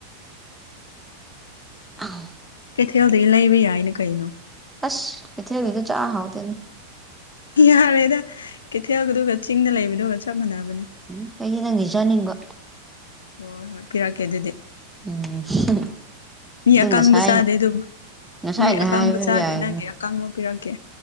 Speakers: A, in the centre; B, on the left.
A: ꯑ
B: ꯀꯩꯊꯦꯜꯗꯒꯤ ꯂꯩꯕ ꯌꯥꯏꯅ ꯀꯩꯅꯣ
A: ꯑꯁ ꯏꯊꯦ ꯍꯥꯏꯗꯤꯗꯨ ꯆꯥꯍꯗꯅꯤ
B: ꯌꯥꯔꯦꯗ ꯀꯩꯊꯦꯜꯗꯨꯒ ꯆꯤꯡꯗ ꯂꯩꯕꯗꯨꯒ ꯆꯞ ꯃꯥꯟꯅꯕ
A: ꯎꯝ ꯀꯩꯗꯤ ꯅꯪꯉꯁꯨꯅꯤꯡꯕꯣ
B: ꯍꯣꯏ ꯍꯣꯏ ꯄꯤꯔꯛꯀꯦ ꯑꯗꯨꯗꯤ
A: ꯎꯝ
B: ꯃꯤ
A: ꯑꯗꯨ
B: ꯑꯀꯥꯡꯕ
A: ꯉꯁꯥꯏ
B: ꯆꯥꯗꯦ ꯑꯗꯨꯕꯨ
A: ꯉꯁꯥꯏꯅ
B: ꯃꯤ ꯑꯀꯥꯡꯕ
A: ꯍꯥꯏꯕ
B: ꯆꯥꯗꯦ
A: ꯌꯥꯏ
B: ꯅꯪꯒꯤ ꯑꯀꯥꯡꯕ ꯄꯤꯔꯛꯀꯦ